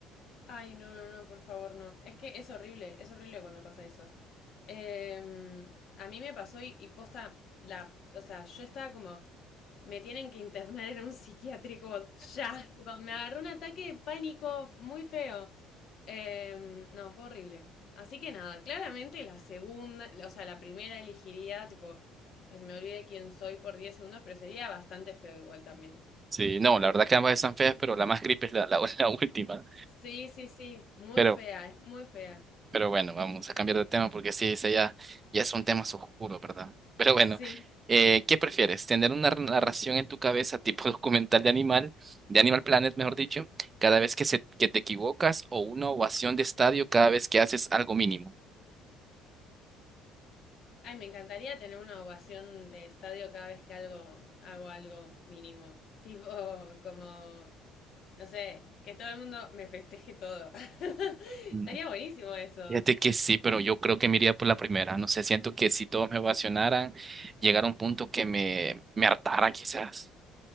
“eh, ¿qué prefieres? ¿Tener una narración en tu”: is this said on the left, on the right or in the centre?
Right